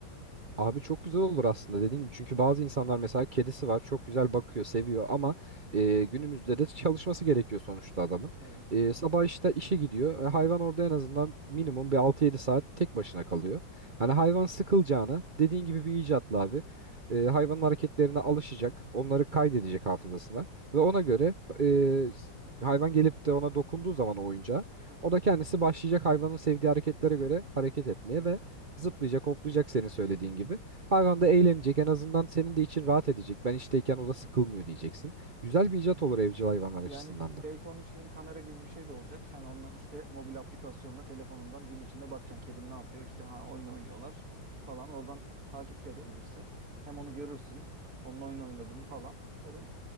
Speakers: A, on the right (about 80°); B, on the right (about 50°).
A: Abi çok güzel olur aslında dediğim gibi. Çünkü bazı insanlar mesela kedisi var çok güzel bakıyor seviyor ama e, günümüzde de çalışması gerekiyor sonuçta adamın.
B: Evet.
A: E, sabah işte işe gidiyor. E, hayvan orada en azından minimum bir altı yedi saat tek başına kalıyor. Hani hayvan sıkılacağına dediğin gibi bir icatla abi. E, hayvanın hareketlerine alışacak. Onları kaydedecek hafızasına. Ve ona göre e, hayvan gelip de ona dokunduğu zaman o oyuncağa
B: Hı hı.
A: o da kendisi başlayacak hayvanın sevdiği hareketlere göre hareket etmeye ve Zıplayacak, hoplayacak senin söylediğin
B: Hı hı.
A: gibi. Hayvan da eğlenecek. En azından senin de için rahat edecek. Ben işteyken o da sıkılmıyor diyeceksin. Güzel bir icat olur evcil hayvanlar açısından
B: Yani
A: da.
B: belki onun içinde bir kamera gibi bir şey de olacak. Sen ondan işte mobil aplikasyonla telefonundan gün içinde bakacaksın. Kedim ne yapıyor? İşte ha oyun oynuyorlar falan. Oradan takip de edebilirsin. Hem onu görürsün. Onun oyun oynadığını falan. Böyle